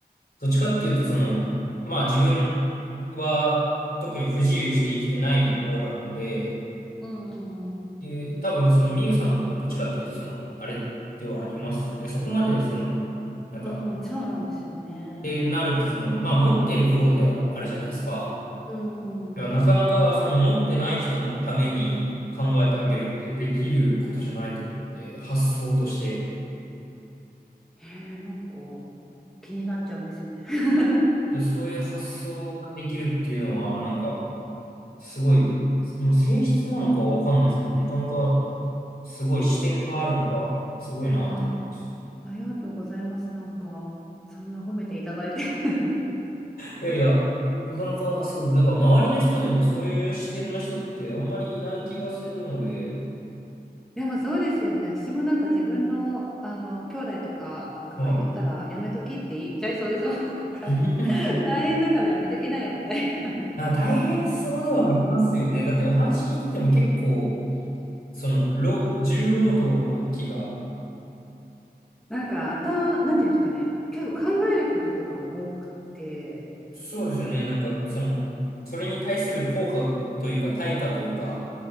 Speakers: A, on the left; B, in the centre.
A: どっちかっていうとその、まあ自分は特に不自由して生きてない方なので、っ
B: うんうん。
A: ていう多分そのみゆさんもどっちかっていうとその、あれではありますよね。そこまでその、なんか、
B: うん、そうなんですよね。
A: ってなるとその、まあ持ってる方ではあるじゃないですか。
B: うんうん。
A: だからなかなかその持ってない人のために考えてあげるってできることじゃないと思うんで、発想として。
B: ねえ、なんか気になっちゃうんですよね。<laughs>
A: そういう発想ができるっていうのは、なんか、すごい、まあ、性質なのかはわかんないですけど、なかなかすごい視点があるのか、すごいなって思います。
B: あ、ありがとうございます。なんかそんな褒めていただいて。<laughs>
A: いやいや、なかなか、そう、なんか周りの人でもそういう視点の人ってあんまりいない気がするので、
B: でもそうですよね。私もなんか自分のあの兄弟とかが言ったらやめときって言っちゃいそうですもん。
A: はい。
B: なん
A: <laughs>
B: か <laughs> 大変だからやめときなよみたいな。
A: あ、大変そうではありますよね。だってお話聞いてても結構、その、労重労働な気が、
B: なんかあた、なんていうんですかね。あ結構考えることとかも多くて。
A: そうですよね。なんか、その、それに対する効果というか、対価というか、